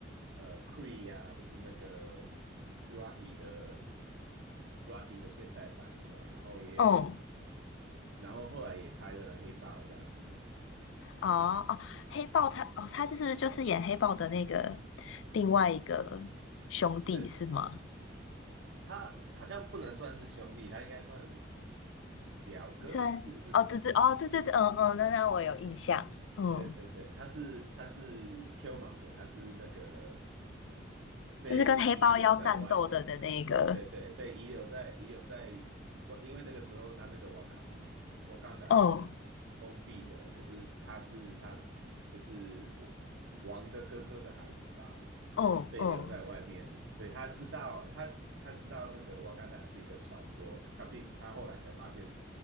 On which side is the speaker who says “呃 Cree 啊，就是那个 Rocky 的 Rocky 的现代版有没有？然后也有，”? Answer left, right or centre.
Right